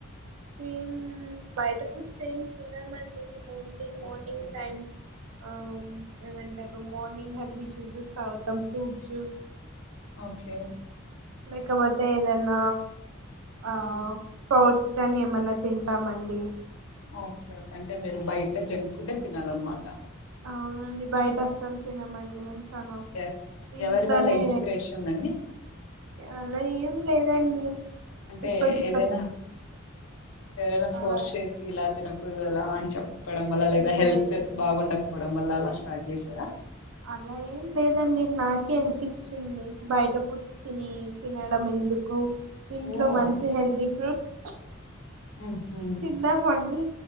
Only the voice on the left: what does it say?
ఓకే.
ఒకే
హ్మ్.
ఓకే ఓకే అంటే మీరు బయట జంక్ ఫుడ్యే తినారనమాట
ఎ
ఎవరి వల్ల ఇన్స్పిరేషన్ అండి?
అంటే
ఏదైనా
ఏరైనా ఫోర్స్
చేసి ఇలా తినకూడదు ఎలా అని చెప్పడం వల్ల లేదా
హెల్త్ బాగుండ వడం వల్ల అలా స్టార్ట్ చేసారా
ఓహ్!
హుహు.